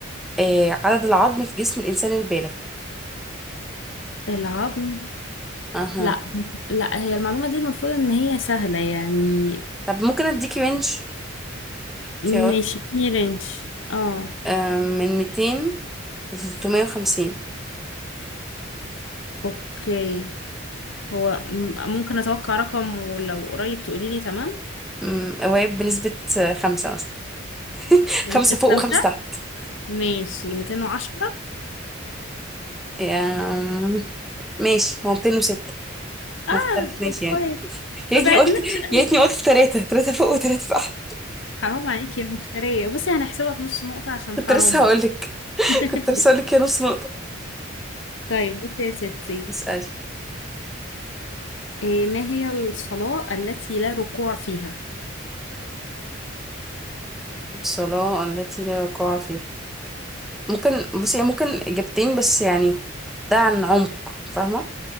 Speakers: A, in the centre; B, on the left (about 65°).
A: آه عدد العظم في جسم الإنسان البالغ
B: العظم
A: أها
B: لا لا هي المعلومة دي المفروض ان هي سهلة يعني
A: طب ممكن أديكي رينج اختيارات
B: ماشي في رينج اه
A: آه من 200 ل 350
B: اوكي هو م- ممكن اتوقع رقم ولو قريب تقولي لي تمام
A: أمم، قوايب بنسبة آه، خمسة مثلا <laughs>
B: بنسبة
A: خمسة فوق
B: خمسة
A: وخمسة تحت
B: ماشي 210
A: آم، ماشي هو 206
B: اه
A: ما اختلفناش
B: طب
A: يعني
B: كويس
A: يا
B: ما
A: ريتني
B: بعدناش
A: قلت
B: قوي
A: يا ريتني قلت ثلاثة ثلاثة فوق وثلاثة تحت
B: حرام عليكي يا مفترية بصي هنحسبها بنص نقطة عشان
A: كنت
B: حرام
A: لسه هقولك
B: <laughs>
A: كنت لسه هقولك يا نص نقطة
B: طيب بصي يا ستي
A: اسألي
B: إيه ما هي الصلاة التي لا ركوع فيها؟
A: الصلاة التي لا وقوع فيها ممكن بصي يعني ممكن إجابتين بس يعني ده عن عمق فاهمة